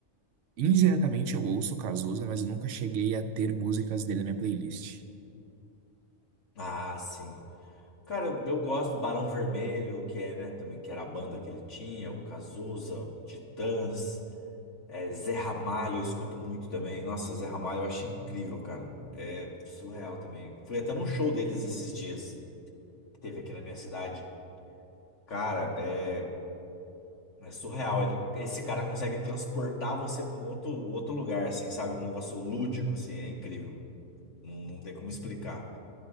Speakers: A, on the right (about 70°); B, on the left (about 65°).
A: eu- indiretamente eu ouço Cazuza, mas eu nunca cheguei a ter músicas dele na minha playlist.
B: Ah, sim. Cara, eu eu gosto. do Barão Vermelho, que é, né, também, que era a banda que ele tinha, o Cazuza, Titãs, é, Zé Ramalho, eu escuto muito também. Nossa, Zé Ramalho eu acho incrível, cara. É surreal também. Fui até num show deles esses dias, que teve aqui na minha cidade. Cara, é, é surreal. Ele, esse cara consegue transportar você pra um outro, outro lugar, assim, sabe? Um negócio lúdico, assim, é incrível. Não, não tem como explicar.